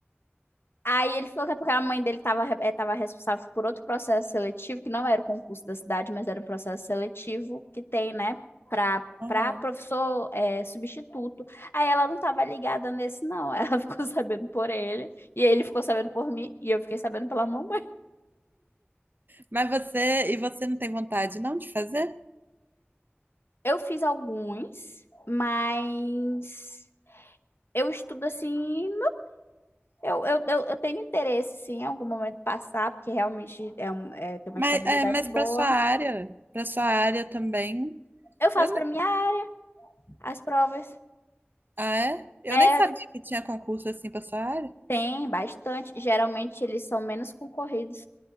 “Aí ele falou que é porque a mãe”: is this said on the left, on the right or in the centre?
Left